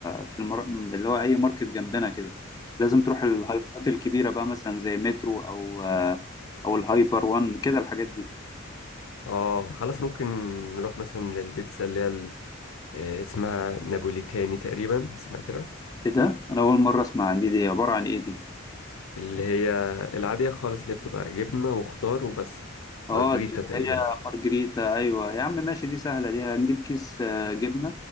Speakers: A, on the left (about 20°); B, on the left (about 85°).
A: في المر... اللي هو أي ماركت جنبنا كده لازم تروح الهايبرات الكبيرة بقى مثلا زي مترو أو آه، أو الهايبر وان كده الحاجات دي
B: اه خلاص ممكن نروح مثلا للبيتزا اللي هي ال- آه، اسمها نابوليتاني تقريبا اسمها كده
A: إيه ده؟ أنا أول مرة أسمع عن دي دي عبارة عن إيه دي؟
B: اللي هي العادية خالص اللي بتبقى جبنة وخضار وبس
A: آه
B: مارجريتا
A: دي اللي
B: تقريبا
A: هي مارجريتا أيوة يا عم ماشي دي سهلة دي هنجيب كيس آه، جبنة